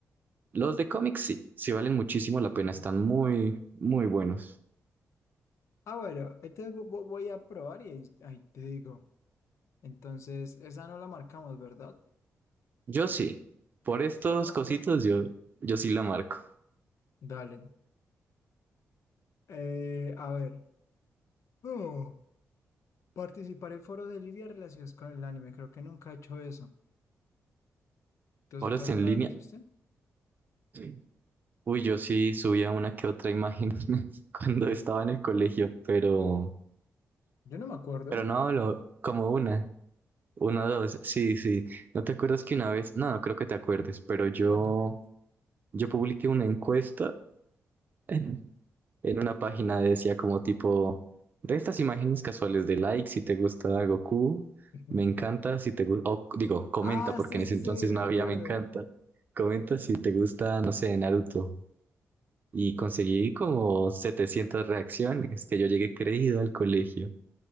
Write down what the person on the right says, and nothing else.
Los de cómics sí, sí valen muchísimo la pena, están muy, muy buenos.
Yo sí, por estos
cositos yo, yo sí la marco.
Ahora
está
en línea.
sí. Uy, yo sí subía una que otra imagen <laughs> cuando estaba en el colegio, pero...
Pero no hablo como una, una, dos. Sí, sí. ¿No te acuerdas que una vez? No, no creo que te acuerdes, pero yo,
yo publiqué una encuesta <laughs> en una página decía como tipo de estas imágenes casuales de like si te gusta Goku,
me encanta si te gusta, o digo, comenta
porque
en
ese entonces
no
había me encanta. Comenta si te gusta, no sé, Naruto. Y conseguí como 700 reacciones que yo llegué creído al colegio.